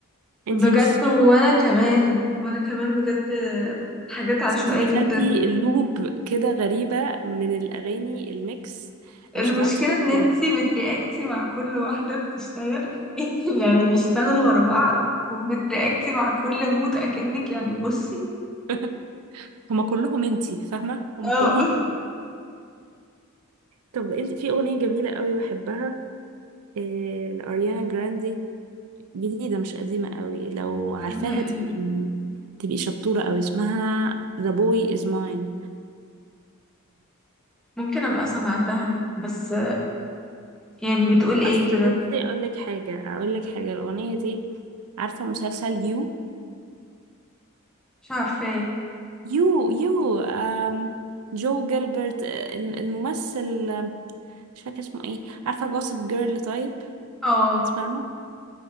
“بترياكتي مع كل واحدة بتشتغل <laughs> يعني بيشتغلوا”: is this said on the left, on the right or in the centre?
Centre